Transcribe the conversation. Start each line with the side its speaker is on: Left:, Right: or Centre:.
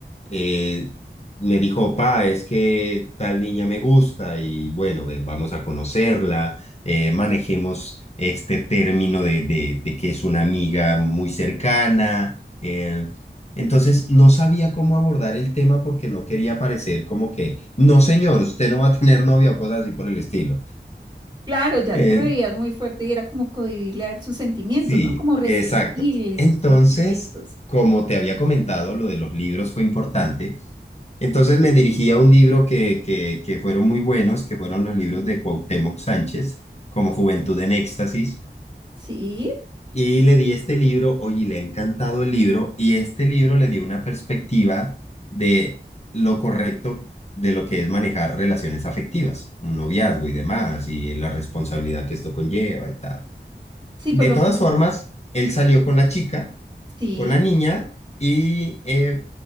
Left: eh, me dijo, pa, es que tal niña me gusta y bueno, ven, vamos a conocerla, eh, manejemos este término de, de, de que es una amiga muy cercana. eh, Entonces, no sabía cómo abordar el tema porque no quería parecer como que, no, señor, usted no va a tener novia o cosas así por el estilo.
Right: claro, ya
Left: Eh,
Right: te veías muy fuerte y era como cohibirle a él sus sentimientos,
Left: Sí,
Right: ¿no? Como restringirle
Left: exacto. Entonces,
Right: sus sentimientos.
Left: como te había comentado, lo de los libros fue importante. Entonces me dirigí a un libro que, que, que fueron muy buenos, que fueron los libros de Cuauhtémoc Sánchez, como Juventud en Éxtasis.
Right: Sí,
Left: Y le di este libro, oye, le ha encantado el libro, y este libro le dio una perspectiva de lo correcto de lo que es manejar relaciones afectivas, un noviazgo y demás, y la responsabilidad que esto conlleva y tal.
Right: sí,
Left: De
Right: por lo
Left: todas
Right: menos,
Left: formas, él salió con la chica,
Right: sí,
Left: con la niña y eh,